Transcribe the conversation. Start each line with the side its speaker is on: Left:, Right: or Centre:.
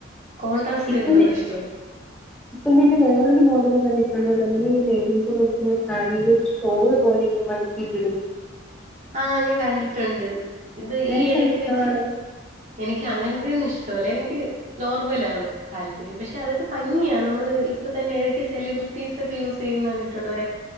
Right: കോൺട്രാസ്റ്റ്
Centre: ഇപ്പം
Right: വരുന്നതും ഇഷ്ടവാണ്
Centre: ഇപ്പം പിന്നെ വേറൊരു <unintelligible> നമ്മുടെ ഈ മേരേജിന് ഉടുക്കുന്ന സാരിടെ ഒരു ഷോള് പോലെ ഇങ്ങനെ മടക്കിട്ടിടും
Right: ആഹ് ഞാൻ കണ്ടിട്ടുണ്ട് ഇത്
Centre: നിനക്കതിഷ്ടാണോ
Right: ഈ ഇടക്ക് വെച്ച് എനിക്ക് അങ്ങനത്തെ ഒന്നും ഇഷ് ഇഷ്ടവല്ല എനിക്ക് നോർമലാണ് താൽപ്പര്യം, പക്ഷേ അതൊക്കെ ഭംഗിയാണ്, നമ്മള് ഇപ്പത്തന്നെ ഏതൊക്കെയോ സെലിബ്രിറ്റീസൊക്കെ യൂസ് ചെയ്യുന്ന കണ്ടിട്ടുണ്ട് <unintelligible>